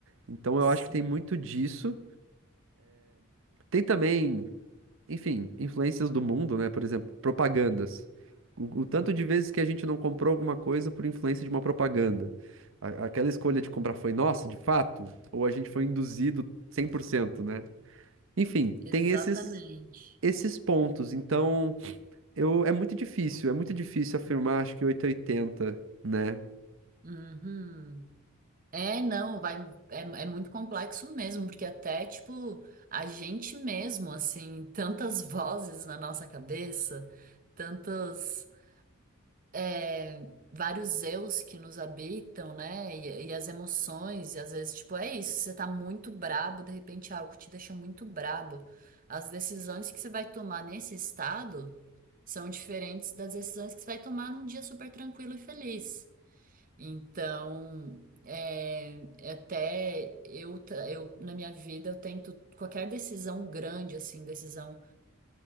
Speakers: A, on the right; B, on the right.
A: Então eu
B: Sim,
A: acho que tem muito disso. Tem também, enfim, influências do mundo, né? Por exemplo, propagandas. O, o tanto de vezes que a gente não comprou alguma coisa por influência de uma propaganda. A- aquela escolha de comprar foi nossa, de fato? Ou a gente foi induzido 100%, né? Enfim,
B: exatamente.
A: tem esses, esses pontos. Então, eu, é muito difícil, é muito difícil afirmar, acho que 880, né?
B: Uhum. É, não, vai, é, é muito complexo mesmo, porque até, tipo, a gente mesmo, assim, <laughs> tantas vozes na nossa cabeça, tantas, é, vários eus que nos habitam, né, e, e as emoções, e às vezes, tipo, é isso, você tá muito brabo, de repente algo te deixa muito brabo. As decisões que você vai tomar nesse estado são diferentes das decisões que você vai tomar num dia super tranquilo e feliz. Então, é, é até eu, tra- eu, na minha vida, eu tento qualquer decisão grande, assim, decisão